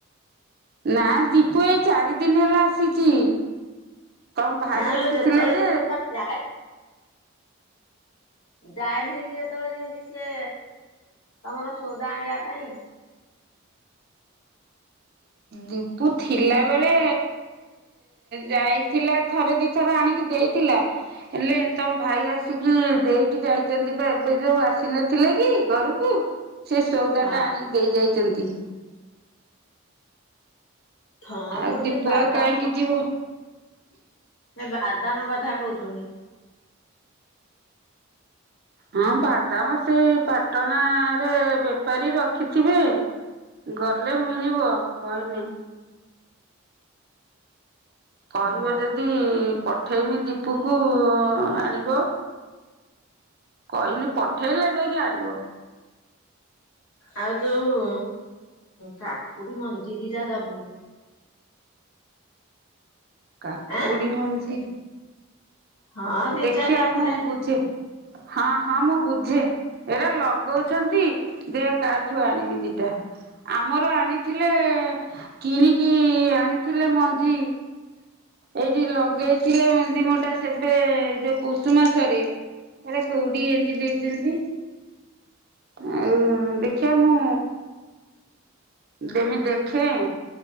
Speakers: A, on the right; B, on the left.
A: ନା ଦୀପୁ ଏଇ ଚାରି ଦିନ ହେଲା ଆସିଛି। ତମ ଭାଇ
B: ନାଲୋ
A: ଆସିଥିଲେ
B: ଯେତେବେଳେ
A: ଯେ।
B: ଯେମିତି ଯାଏ। ଯାଏନାହିଁ କିି ଯେତେବେଳେ ଯେମିତି ସିଏ ତମର ସଉଦା ଆଣିବା ପାଇଁ।
A: ଦୀପୁ ଥିଲା ବେଳେ। ଯାଇଥିଲା ଥରେ ଦିଥର ଆଣିକି ଦେଇଥିଲା। ହେଲେ ତମ ଭାଇ ଆସିକି ଦେଇକି ଯାଇଛନ୍ତି ଏବେ ଯୋଉ ଆସିନଥିଲେ କି ଘରକୁ। ସେ ସଉଦା
B: ହଁ
A: ଟା ଆଣିକି ଦେଇ ଯାଇଛନ୍ତି।
B: ହଁ
A: ଆଉ
B: ମୁଁ
A: ଦୀପୁ
B: ସେ ବାଦାମ
A: ଆଉ କାହିଁକି ଯିବ।
B: ଏ ବାଦାମ କଥା କହୁଥୁନି।
A: ହଁ ବାଦାମ ସେ ପାଟଣା ରେ ବେପାରୀ ରଖିଥିବେ। ଗଲେ ମିଳିବ କହିନେ। କହିବ
B: ହଁ
A: ଯଦି ପଠେଇମି ଦୀପକୁ ଆଣିବ। କହିନି ପଠେଇଲେ ଯକି ଆଣିବ
B: ଆଉ ଯୋଉ କାକୁଡି ମଞ୍ଜିଦିଟା ଦବୁ।
A: କାକୁଡି
B: ଆଁ
A: ମଞ୍ଜି
B: ହଁ ଦି
A: ଦେଖିବା
B: ଚାରିଟା ଖଣ୍ଡେ
A: ମୁଁ ବୁଝେ ହଁ ହଁ ମୁଁ ବୁଝେ। ଏରା ଲଗଉଛନ୍ତି ଦେହ କାହାଠୁ ଆଣିବି ଦିଟା ଆମର ଆଣିଥିଲେ କିଣିକି ଆଣିଥିଲେ ମଞ୍ଜି ଏଇଠି ଲଗେଇଥିଲେ ମେନ୍ଦି ମୋଟା ସେ ଏବେ ଯୋଉ ପୋଷୁ ମାସରେ ଏଟ କୋଉଡି ଏଞ୍ଜି ଦେଇଛନ୍ତି। ଆଉ ଦେଖିବା ମୁଁ ଦେମି ଦେଖେ